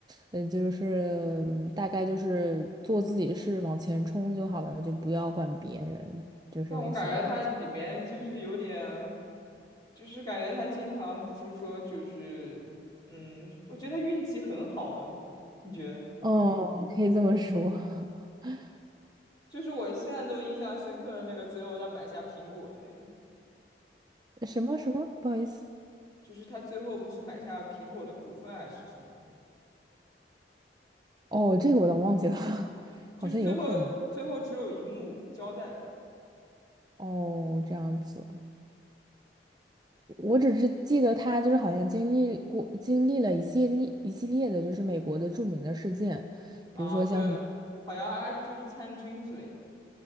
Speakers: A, on the right; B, on the left.
A: 呃，就是嗯大概就是做自己事往前冲就好了，就不要管别人，就是想法这
B: 但我感觉它里面就是有点，就是感觉他经常不是说就是，嗯，我觉得他运气很好，你觉得呢？
A: 哦，嗯可以这么说。<laughs>
B: 就是我现在都印象深刻的那个，最后他买下苹果的那个。
A: 什么什么？不好意思，
B: 就是他最后不是买下苹果的股份还是什么吗？
A: 哦，这个我倒忘记了，<laughs>
B: 就是最后最后只有一幕交代着。
A: 好像有可能。哦，这样子，我只是记得他就是好像经历过经历了一系列一系列的，就是美国的著名的事件，
B: 啊，
A: 比如说像什么，
B: 对，好像还就是参军之类的